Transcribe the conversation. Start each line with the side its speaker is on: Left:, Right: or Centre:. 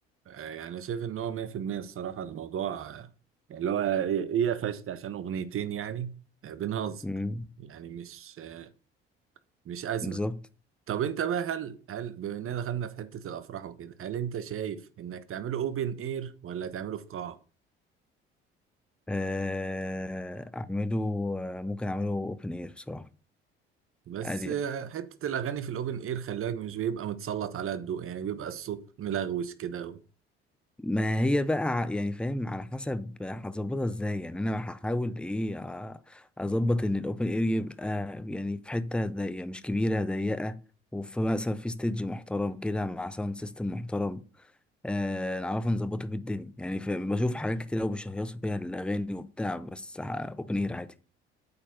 Right: آه، يعني أنا شايف ان هو 100% الصراحه الموضوع آه، يعني اللي هو ايه إيه قفشت عشان اغنيتين يعني آه، بنهزر
Centre: مم.
Right: يعني مش آه، مش ازمه
Centre: بالظبط
Right: طب انت بقى هل هل بما اننا دخلنا في حته الافراح وكده هل انت شايف انك تعمله اوبن اير ولا تعمله في قاعه
Centre: آه، اعمله آه، ممكن اعمله اوبن اير بصراحه
Right: بس
Centre: اريا
Right: آه، حته الاغاني في الاوبن اير خلاك مش بيبقى متسلط على الضوء يعني بيبقى الصوت ملغوش كده و...
Centre: ما هي بقى ع- يعني فاهم على حسب هتظبطها ازاي يعني انا هحاول ايه آه، اظبط ان الاوبن اير يبقى يعني في حته ضيقه مش كبيره ضيقه وفي مثلا في ستيدج محترم كده مع ساوند سيستم محترم آه نعرف نظبطه بالدنيا يعني ف- بشوف حاجات كتير قوي بيشهيصوا بيها الأغاني وبتاع بس أوبن إير عادي